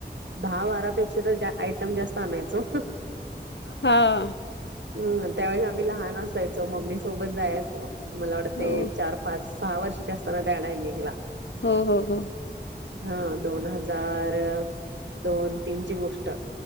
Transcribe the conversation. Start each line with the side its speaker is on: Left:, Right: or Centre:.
Right: दहा बारापेक्षा तर जा आयटम जास्त आणायचो.
Left: हा.
Right: हम्म त्यावेळेस आम्ही लहान असायचो मम्मी सोबत जाया मला वाड ते
Left: हो
Right: चार पाच सहा वर्षाचे असताना डॅडा आहे निघला
Left: हो हो हो
Right: हा दोन हजार दोन तीनची गोष्ट.